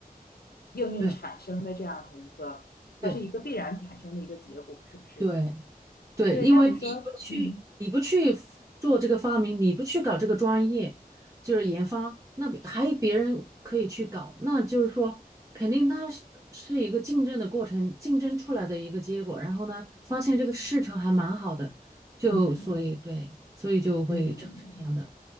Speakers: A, on the left; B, on the right.
A: 应运产生的这样的一个，
B: 对
A: 它是一个必然产生的一个结果，
B: 对
A: 是不是？
B: 对对，
A: 对，
B: 因为你不去你不去
A: 那你说，嗯
B: f- 做这个发明，你不去搞这个专业，就是研发，那别还有别人可以去搞，那就是说肯定它是是一个竞争的过程，竞争出来的一个结果，然后呢，发现这个市场还蛮好的，就所以对，
A: 嗯
B: 所以就会产生这样的
A: 嗯，